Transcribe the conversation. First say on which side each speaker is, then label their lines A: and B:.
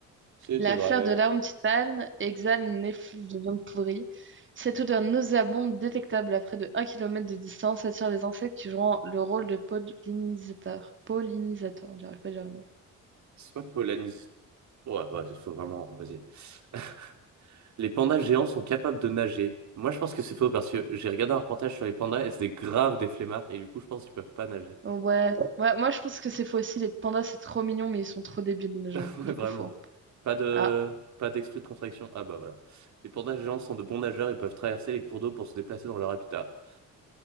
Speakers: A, on the right; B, on the right.
A: C'était
B: La
A: vrai.
B: fleur de l'arôme titane exhale une effluve de viande pourrie. Cette odeur nauséabonde, détectable à près de un kilomètre de distance, attire les insectes qui jouent le rôle de pollinisateurs. Pollinisateurs, j'arrive pas à dire le mot.
A: C'est pas faux, l'anis. Ouais, ouais, c'est faux, vraiment, vas-y. <laughs> Les pandas géants sont capables de nager. Moi, je pense que c'est faux parce que j'ai regardé un reportage sur les pandas et c'était grave des flemmards et du coup, je pense qu'ils peuvent pas nager.
B: Oh, ouais. Ouais, moi je pense que c'est faux aussi. Les pandas, c'est trop mignon, mais ils sont trop débiles, les
A: <laughs>
B: gens.
A: Ouais,
B: Du
A: vraiment.
B: coup, faux.
A: Pas de,
B: Ah.
A: pas d'esprit de contraction. Ah bah voilà. Les pandas géants sont de bons nageurs et peuvent traverser les cours d'eau pour se déplacer dans leur habitat. <coughs>